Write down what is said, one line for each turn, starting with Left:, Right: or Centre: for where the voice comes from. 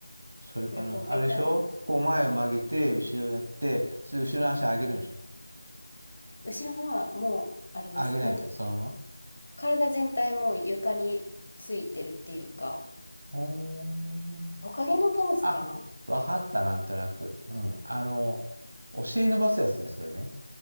Right: う。それかな。
Left: なんかこう、ベタ、
Right: あれでしょこう前を曲げて、後ろやって、それ後ろの足上げるんでしょ
Left: 後ろはもう、あれです。
Right: 上げないで、
Left: なんていう、
Right: そのまま。
Left: 体全体もう床についてるっていうか、
Right: うーん
Left: トカゲのポーズかな。
Right: あ、わかった、なんとなく。うん。あの、お尻伸ばすやつね、それね。